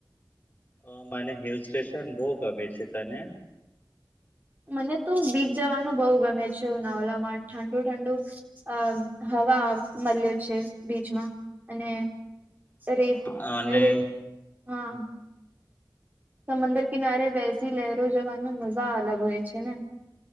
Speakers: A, on the left; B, on the right.
A: અ મને હિલ સ્ટેશન બહુ ગમે છે, તને
B: મને તો બીચ જવાનું બહુ ગમે છે. ઉનાવલામા ઠંડુ -ઠંડુ અ હવા મળ્યો છે, બીચમાં અને
A: હ
B: રેત
A: અને
B: અરે હા સમદર કિનારે બેસી લહેરો જોવાની મજા અલગ હોય છે ને